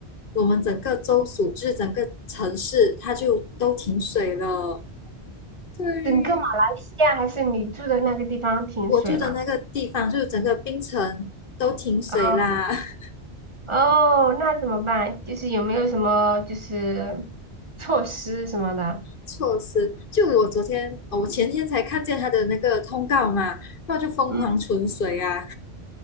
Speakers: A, on the left (about 55°); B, on the right (about 30°).
A: 我们整个州属，就是整个城市，它就都停水了。对，
B: 整个马来西亚还是你住的那个地方停水了？
A: 我住的那个地方，就是整个冰城都停水啦。
B: 哦，
A: <laughs>
B: 哦，那怎么办？就是有没有什么就是措施什么的？
A: 措施。就我昨天，哦，我前天才看见他的那个通告嘛，然后就疯狂存水啊，
B: 嗯，